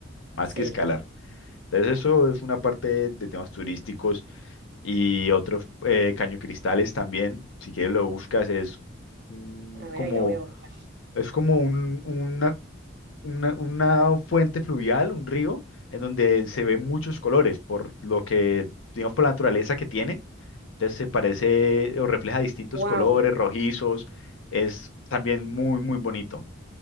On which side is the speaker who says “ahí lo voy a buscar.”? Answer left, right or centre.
Right